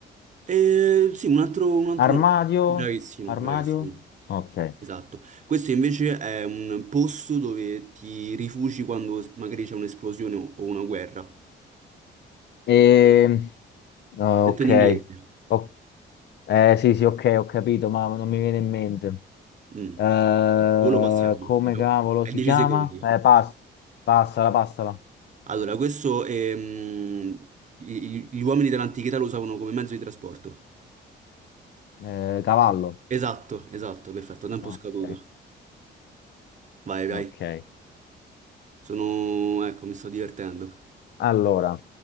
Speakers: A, on the right; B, on the left.
A: Eh, sì, un altro, un altro
B: Armadio?
A: nome. Bravissimo,
B: Armadio?
A: bravissimo.
B: Ok.
A: Esatto. Questo invece è un posto dove ti rifugi quando magari c'è un'esplosione o o una guerra.
B: E... ok.
A: Detto in inglese.
B: Ok. Eh sì, sì, ok, ho capito, ma non mi viene in mente.
A: Mm.
B: Eh,
A: Dove lo passiamo?
B: come cavolo
A: È
B: si
A: 10
B: chiama?
A: secondi.
B: Eh, pass- passala, passala.
A: Allora, questo ehm, gli, gli uomini dell'antichità lo usavano come mezzo di trasporto.
B: Eh, cavallo.
A: Esatto, esatto, perfetto. Tempo
B: No,
A: scaduto.
B: Ok,
A: Vai, vai.
B: ok.
A: Sono... Ecco, mi sto divertendo.
B: Allora,